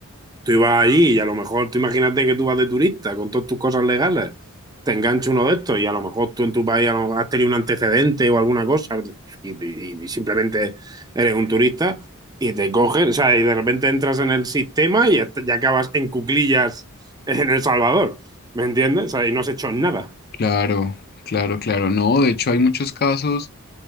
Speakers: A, on the right (about 20°); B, on the left (about 45°).
A: tú ibas allí y a lo mejor, tú imagínate que tú vas de turista con todas tus cosas legales, te engancha uno de estos y a lo mejor tú en tu país a lo- has tenido un antecedente o alguna cosa y, y- y simplemente eres un turista y te cogen, o sea, y de repente entras en el sistema y est- ya acabas en cuclillas en El Salvador, ¿me entiendes? O sea, y no has hecho nada.
B: Claro, claro, claro. No, de hecho hay muchos casos,